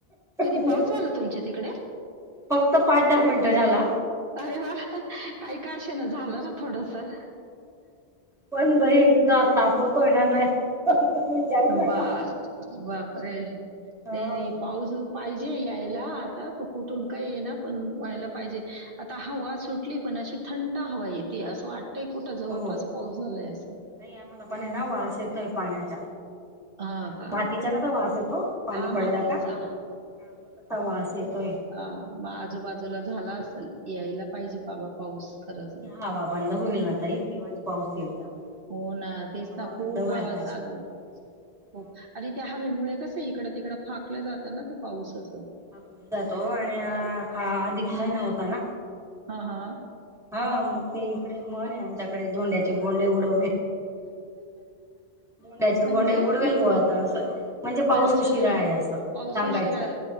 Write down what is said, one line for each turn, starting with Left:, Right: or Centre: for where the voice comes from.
Right: कधी
Centre: ऊन
Right: पाऊस झाला तुमच्या तिकडे
Centre: फक्त पाच दहा मिनिटं झाला
Right: अरे वा काही का असे ना झाला ना थोडसं
Centre: पण बाई इतका तापवतोय ना नाही विचारूच
Right: व्वा!
Centre: नका.
Right: बापरे
Centre: हो
Right: नाही बाई पाऊसचं पाहिजे यायला आता तो कुठून काय येइ ना पण व्हायला पाहिजे आता हवा सुटली पण अशी थंड हवा येतेय असं वाटतंय कुठं जवळपास
Centre: हो
Right: पाऊस झालाय असं
Centre: नाही आम्हाला पण हेना वास येतोय पाण्याचा
Right: हां का?
Centre: मातीचा कसा वास येतो पाणी
Right: हां
Centre: पडला
Right: मातीचा.
Centre: का ह तसा वास येतोय
Right: ह मग आजूबाजूला झाला असल यायला पाहिजे बाबा पाऊस खरंच ना.
Centre: हवा बंद होईल ना ताई तेव्हाच पाऊस येईल चांगला
Right: हो ना तेच
Centre: हवा
Right: ना
Centre: बंद
Right: खूप
Centre: व्हायला
Right: हवा
Centre: पाहिजे
Right: चालू
Centre: <inaudible>
Right: हो आणि त्या हवेमुळे कसं इकडं तिकडं फाकलं जातं ना ते पाऊस असं
Centre: फाकून जातो आणि हा अधिक महिना होता ना
Right: हा हा
Centre: हा मग ते इकडे म्हन आहे. आमच्याकडे धोंड्याचे गोंडे उडवणे. धोंड्याचे
Right: म्हणजे?
Centre: गोंडे उडवेल बुवा आता असं म्हणजे पाऊस
Right: अच्छा.
Centre: उशीरा आहे. असं सांगायच्या
Right: पाऊस उशिरा आहे.